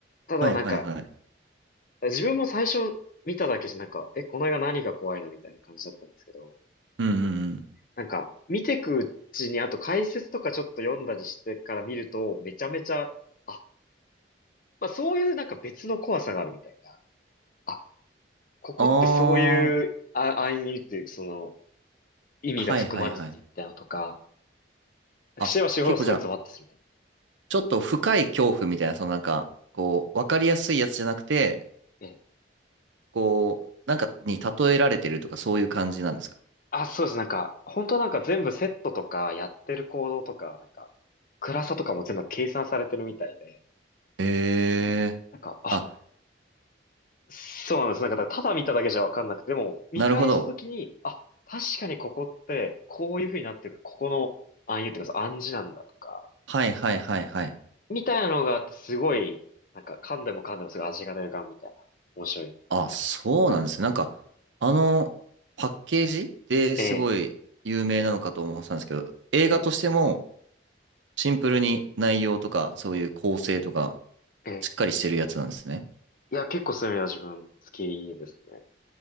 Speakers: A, on the left; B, on the right.
A: ただなんか、
B: はいはいはい。
A: 自分も最初見ただけじゃなんか、え、この映画何が怖いのみたいな感じだったんですけど、
B: うんうんうん。
A: なんか、見てくうちに、あと解説とかちょっと読んだりしてから見ると、めちゃめちゃ、あ、まあそういうなんか別の怖さがあるみたいな。あ、ここってそういうあ暗意味という、
B: あ
A: その、意味が含まれてるみたいなのとか、
B: あ、はいはいはい。あ、
A: 知れば知るほどすごいゾワッとするみたい
B: 結構じゃあ、ちょっと深い恐怖みたいな、そのなんか、こう、わかりやすいやつじゃなくて、
A: な。え
B: こう、なんかに例えられてるとか、そういう感じなんですか
A: あ、そうです。なんか、本当なんか全部セットとか、やってる行動とか、なんか、暗さとかも全部計算されてるみたいで、
B: へえ。
A: なんか、あ、
B: あ、
A: そうなんです。なんか、ただ見ただけじゃわかんなくて、でも、見返したときに、
B: なるほど。
A: あ、確かにここって、こういう風になってる、ここの暗喩っていうか、暗示なんだとか、
B: はいはいはいはい。
A: みたいなのがあって、すごい、なんか、噛んでも噛んでもすごい味が出るガンみたいな、面白い感じ。
B: あ、そうなんですね。なんか、あの、パッケージですごい有名なのかと思ってたんですけど、
A: ええ、
B: 映画としても
A: ええ、
B: シンプルに内容とか、そういう構成とか、
A: ええ。
B: しっかりしてるやつなんですね。
A: いや、結構そういうのは自分好きですね。